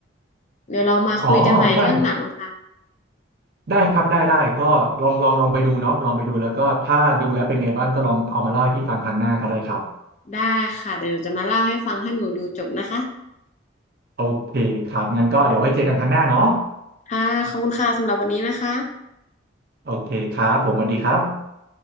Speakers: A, on the left; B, on the right.
A: เดี๋ยวเรามาคุยกันใหม่เรื่องหนังนะคะ
B: อ๋อได้ได้ครับได้ได้ก็ลองลองลองไปดูเนาะลองไปดูแล้วก็ถ้าดูแล้วเป็นไงบ้างก็ลองเอามาเล่าให้พี่ฟังครั้งหน้าก็ได้ครับ
A: ได้ค่ะเดี๋ยวหนูจะมาเล่าให้ฟังถ้าหนูดูจบนะคะ
B: โอเคครับงั้นก็เดี๋ยวไว้เจอกันครั้งหน้าเนาะ
A: ค่ะขอบคุณค่ะสำหรับวันนี้นะคะ
B: โอเคครับผมสวัสดีครับ